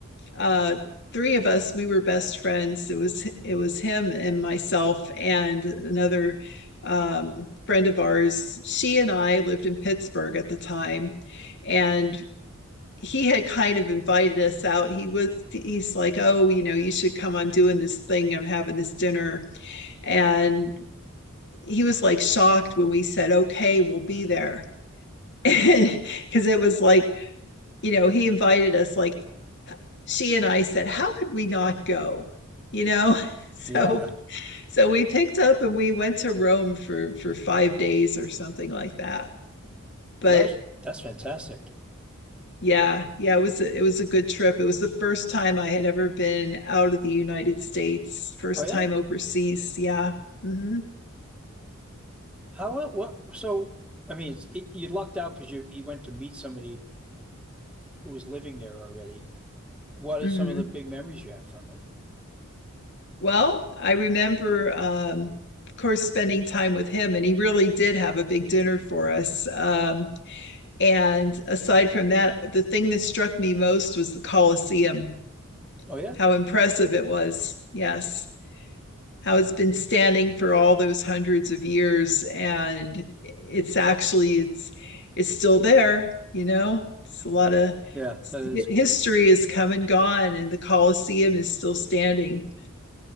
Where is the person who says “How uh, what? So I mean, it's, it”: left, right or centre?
Centre